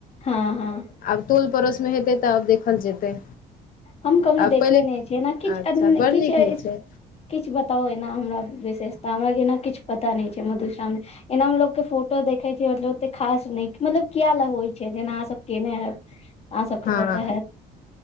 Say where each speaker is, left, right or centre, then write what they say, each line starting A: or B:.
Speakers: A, on the left; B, on the left.
A: हँ हँ
B: आब टोल पड़ोस मे हेतै तऽ आब देखल जेतै।
A: हम कभि
B: आ
A: देखने
B: पहिले
A: नहि छियै ओना किछु
B: अच्छा बड़
A: किछु
B: नीक होइ छै
A: किछु बताउ एना हमरा विशेषता हमरा के एना किछु पता नहि छैय मधुश्रामनी एना मे लोकोग के फोटो देखे छी मतलब ओते खास निक मतलब किया लग होई छैय जेना आहां सब केने हैब। <inaudible>
B: हँ
A: पता हैत